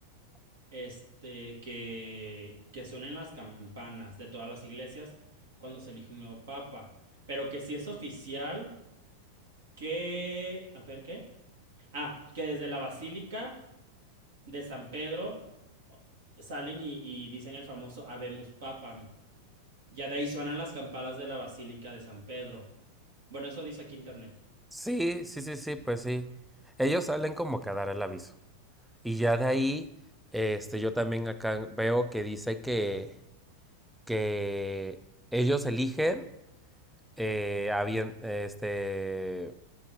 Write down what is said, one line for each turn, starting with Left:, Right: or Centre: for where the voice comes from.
Right: Este, que, que suenen las campanas de todas las iglesias cuando se elige un nuevo papa. Pero que si es oficial, que... A ver, ¿qué? Ah, que desde la Basílica de San Pedro salen y, y dicen el famoso Habemus Papam. Ya de ahí suenan las campanas de la Basílica de San Pedro. Bueno, eso dice aquí internet.
Centre: Sí, sí, sí, sí, pues sí. Ellos salen como que a dar el aviso. Y ya de ahí, este, yo también acá veo que dice que, que ellos eligen, eh, a bien, este,